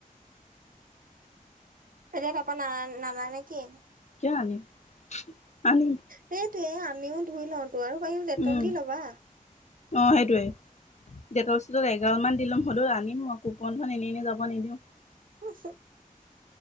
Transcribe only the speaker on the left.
কিয় আনিম? আনিম
উম
অ' সেইটোৱেই। ডেটল চেটল এঘালমান দি ল'ম হ'লেও আনি কুপনখন এনে এনেই যাব নিদিওঁ।